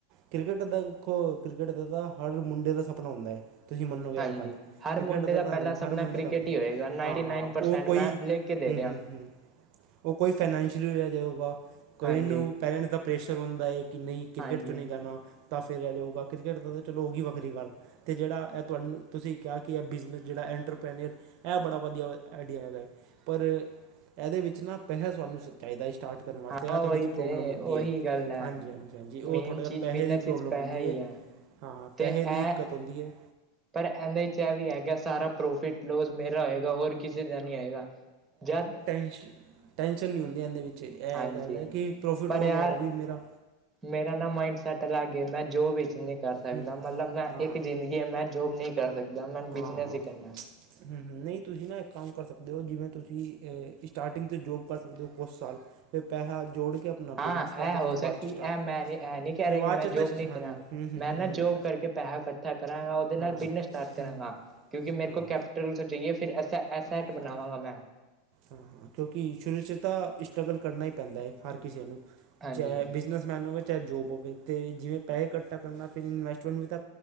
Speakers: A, on the right; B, on the right.
A: ਕ੍ਰਿਕਟ ਦੇਖੋ, ਕ੍ਰਿਕਟ ਦਾ ਤਾਂ ਹਰ ਮੁੰਡੇ ਦਾ ਸਪਨਾ ਹੁੰਦਾ ਏ। ਤੁਸੀਂ ਮੰਨੋ ਗੇ
B: ਹਾਂਜੀ
A: ਏਹ ਗਲ੍ਹ,
B: ਹਰ
A: ਕ੍ਰਿਕਟ
B: ਮੁੰਡੇ
A: ਦਾ ਤਾਂ
B: ਪਹਿਲਾ ਸਪਨਾ
A: ਹਰ ਮੁੰਡੇ
B: ਕ੍ਰਿਕਟ
A: ਦਾ ਉਂਦਾ ਏ,
B: ਹੀ ਹੋਏਗਾ ਨਾਈਨਟੀ
A: ਹਾਂ ਹਾਂ
B: ਨਾਈਨ ਪਰਸੈਂਟ
A: ਉਹ ਕੋਈ।
B: ਮੈਂ ਲਿਖ ਕੇ ਦੇ
A: ਹੂੰ,
B: ਰਿਹਾ
A: ਹੂੰ, ਹੂੰ, ਉਹ ਕੋਈ ਫਾਈਨੈਂਸ਼ੀਅਲੀ ਰਹਿ ਜਾਊਗਾ ਕੋਈ
B: ਹਾਂਜੀ
A: ਨੂੰ। ਪੈਰੈਂਟ ਦਾ ਪ੍ਰੈਸ਼ਰ ਹੂੰਦਾ ਐ, ਕਿ ਨਹੀਂ ਕ੍ਰਿਕਟ
B: ਹਾਂਜੀ
A: ਵਿੱਚ ਨਹੀਂ ਜਾਣਾ। ਤਾਂ ਫੇਰ ਰਹਿ ਜਾਊਗਾ, ਕ੍ਰਿਕਟ ਤਾਂ ਚਲੋ ਹੋਗੀ ਵੱਖਰੀ ਗੱਲ। ਤੇ ਜਿਹੜਾ, ਇਹ ਤੁਹਾਨੂੰ, ਤੁਸੀਂ ਕਿਹਾ ਕਿ ਇਹ ਬਿਜ਼ਨਸ ਜਿਹੜਾ ਐਂਟਰਪ੍ਰੇਨਅਰ। ਇਹ ਬੜਾ ਵਧੀਆ ਆਈਡੀਆ ਹੈਗਾ ਏ, ਪਰ ਇਹਦੇ ਵਿੱਚ ਨਾ ਪੈਸਾ ਸਾਨੂੰ। ਚਾਹੀਦਾ ਸੀ ਸਟਾਰਟ ਕਰਨ ਵਾਸਤੇ,
B: ਹਾਂ
A: ਇਹ ਥੋੜ੍ਹੀ
B: ਉਹੀ
A: ਜਿਹੀ ਪ੍ਰੋਬਲਮ
B: ਤੇ
A: ਆਉਂਦੀ
B: ਉਹੀ
A: ਏ।
B: ਗੱਲ ਹੈ
A: ਹਾਂਜੀ, ਹਾਂਜੀ, ਹਾਂਜੀ ਉਹ
B: ਮੇਨ
A: ਥੋੜ੍ਹਾ
B: ਚੀਜ਼
A: ਜਿਹਾ ਪੈਹੇ
B: ਬਿਜਨਸ
A: ਦੀ ਪ੍ਰੋਬਲਮ
B: ਵਿੱਚ ਪੈਸਾ
A: ਹੋਂਦੀ
B: ਹੀ
A: ਏ।
B: ਹੈ
A: ਹਾਂ,
B: ਤੇ
A: ਪੈਹੇ
B: ਇਹ
A: ਦੀ ਦਿੱਕਤ ਹੁੰਦੀ ਏ।
B: ਪਰ ਇਹਦੇ ਚ ਇਹ ਵੀ ਹੈਗਾ ਸਾਰਾ ਪ੍ਰੋਫਿਟ ਲੋਸ ਮੇਰਾ ਹੋਏਗਾ ਹੋਰ ਕਿਸੇ ਦਾ ਨਹੀਂ ਹੈਏਗਾ ਜਦ
A: ਅਤੇ <unintelligible> ਟੈਂਸ਼ਨ ਨਹੀਂ ਹੁੰਦੀ ਇੰਹਦੇ ਵਿੱਚ ਇਹ
B: ਹਾਂਜੀ
A: ਗੱਲ ਹੈ ਕਿ ਪ੍ਰੋਫਿਟ
B: ਪਰ
A: ਹੋਉਗਾ
B: ਯਾਰ
A: ਉਹ ਵੀ ਮੇਰਾ।
B: ਮੇਰਾ ਨਾ ਮਾਇੰਡ ਸੈੱਟ ਅਲਗ ਏ ਮੈਂ ਜੋਬ ਵਿੱਚ ਨਹੀਂ ਕਰ ਸਕਦਾ
A: ਹੂੰ
B: ਮਤਲਬ ਮੈਂ
A: ਹਾਂ
B: ਇੱਕ ਜ਼ਿੰਦਗੀ ਮੈਂ ਜੋਬ ਨਹੀਂ ਕਰ ਸਕਦਾ ਮੈਨੂੰ
A: ਹਾਂ
B: ਬਿਜਨਸ
A: ਹਾਂ
B: ਹੀ ਕਰਨਾ।
A: ਨਹੀਂ ਤੁਸੀਂ ਨਾ ਇੱਕ ਕੰਮ ਕਰ ਸਕਦੇ ਹੋ ਜਿਵੇਂ ਤੁਸੀਂ ਸਟਾਰਟਿੰਗ ਤੇ ਜੋਬ ਕਰ ਸਕਦੇ ਹੋ ਕੁਛ ਸਾਲ ਫਿਰ ਪੈਹਾ ਜੋੜ ਕੇ ਆਪਣਾ
B: ਹਾਂ
A: ਬਿਜ਼ਨਸ ਕਰ
B: ਇਹ
A: ਲਓ
B: ਹੋ
A: ਤੁਸੀਂ
B: ਸਕ
A: ਬਾਅਦ 'ਚ
B: ਇਹ
A: ਸਟਾਰਟ
B: ਮੈਂ ਨੀ ਇਹ ਨਹੀ ਕਹਿ
A: ਸ਼ੁਰੂਆਤ
B: ਰਹਾ ਕਿ ਮੈਂ
A: 'ਚ
B: ਜੋਬ
A: ਤਾਂ
B: ਨਹੀਂ
A: ਹਾਂਜੀ
B: ਕਰਾਂ
A: ਹੂੰ ਹੂੰ
B: ਮੈਂ
A: ਹੂੰ
B: ਨਾ
A: ਹੂੰ
B: ਜੋਬ ਕਰਕੇ ਪੈਸਾ ਕੱਟ <unintelligible> ਕਰਾਂਗਾ ਉਹਦੇ ਨਾਲ
A: ਹਾਂ
B: ਬਿਜਨੇਸ ਸਟਾਰਟ ਕਰਾਂਗਾ
A: ਹੂੰ
B: ਕਿਉਂਕਿ ਮੇਰੇ
A: ਹਾਂ
B: ਕੋ ਕੇਪਿਟਲ ਤੋਂ ਚਈਏ ਫਿਰ ਐਸ ਐਸਟ
A: ਹਾਂ
B: ਬਣਾਵਾਂਗਾ
A: ਹਾਂ
B: ਮੈਂ
A: ਹਾਂ ਕਿਉਂਕਿ ਸ਼ੁਰੂ ਚ ਤਾਂ ਸਟਰਗਲ ਕਰਨਾ ਹੀ ਪੈਂਦਾ ਹੈ ਹਰ ਕਿਸੇ ਨੂੰ
B: ਹਾਂਜੀ।
A: ਚਾਹੇ ਬਿਜ਼ਨਸਮੈਨ ਹੋਵੇ ਚਾਹੇ ਜੋਬ ਹੋਵੇ ਅਤੇ ਜਿਵੇਂ ਪੈਸੇ ਇਕੱਠਾ ਕਰਨਾ ਫਿਰ ਇਨਵੈਸਟਮੈਂਟ ਵੀ ਤਾਂ